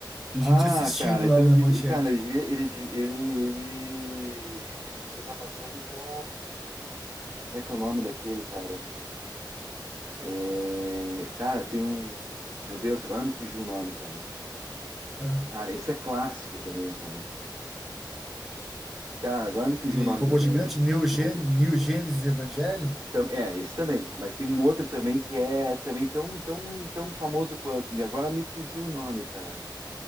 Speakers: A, in the centre; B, on the right (about 50°).
A: E a
B: Ah,
A: gente assistindo
B: cara,
A: lá
B: então,
A: na
B: eu devia-
A: manchete.
B: cara, ele devia, ele, de- ele, ele ele devia estar passando, então. Como é que é o nome daquele, cara? É, Cara, tem um. Meu Deus, agora me fugiu o nome, cara.
A: né?
B: Cara, esse é clássico também, cara. Cara, agora me fugiu
A: De
B: o nome
A: robô
B: do, do,
A: gigante,
B: do,
A: Neo Gen-
B: do robô.
A: neo Gênesis Evangelion.
B: Tam- É, esse também. Mas tem um outro também que é também tão, tão, tão famoso quanto. Me- Agora me fugiu o nome, cara.